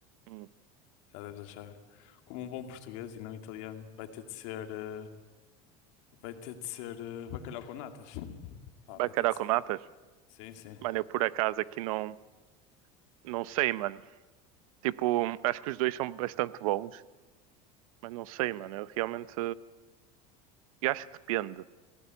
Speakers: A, on the right (about 85°); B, on the left (about 65°).
A: Hum,
B: já deves achar, como um bom português e não italiano, vai ter de ser, eh, vai ter de ser eh, bacalhau com natas. Pá,
A: bacalhau
B: vai ter de
A: com
B: ser.
A: natas?
B: Sim, sim.
A: Mano, eu por acaso aqui não, não sei, mano. Tipo, acho que os dois são bastante bons, mas não sei, mano. Eu realmente. Eu acho que depende.